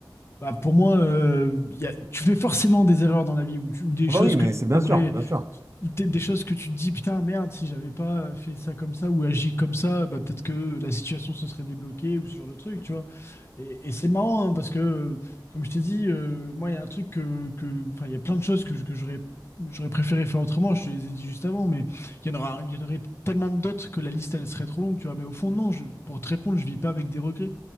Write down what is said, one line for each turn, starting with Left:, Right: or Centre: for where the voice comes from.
Left: bah pour moi euh, il y a- tu fais forcément des erreurs dans la vie ou, tu- ou des
Right: Ah
Left: choses
Right: bah oui,
Left: que
Right: mais
Left: tu
Right: c'est bien sûr, bien sûr.
Left: des, des choses que tu te dis, putain, merde, si j'avais pas fait ça comme ça ou agi comme ça, bah, peut-être que la situation se serait débloquée ou ce genre de truc, tu vois. Et, et c'est marrant hein, parce que, euh, comme je t'ai dit, euh, moi, il y a un truc que, que- enfin, il y a plein de choses que, je- que j'aurais, j'aurais préféré faire autrement, je te les ai dit juste avant, mais il y en aura, il y en aurait tellement d'autres que la liste, elle serait trop longue, tu vois. Mais au fond, non, je- pour te répondre, je vis pas avec des regrets.